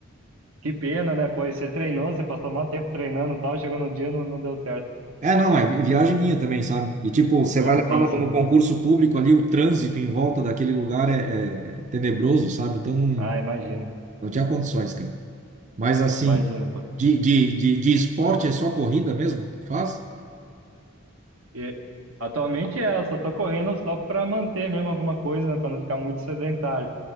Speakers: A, on the right (about 80°); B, on the right (about 35°).
A: Que pena, né? Pô, e você treinou, você passou maior tempo treinando e tal, chegou no dia não, não deu certo.
B: É, não, é vi- viagem minha também, sabe? E tipo, você
A: Ah,
B: vai levar
A: sim,
B: no,
A: sim.
B: no concurso público ali, o trânsito em volta daquele lugar é, é- é tenebroso, sabe? Então não,
A: Ah, imagino,
B: não tinha condições, cara. Mas assim,
A: imagino, pô.
B: De, de, de, de esporte é só corrida mesmo que faz?
A: E atualmente é, eu só tô correndo só pra manter mesmo alguma coisa, né, pra não ficar muito sedentário.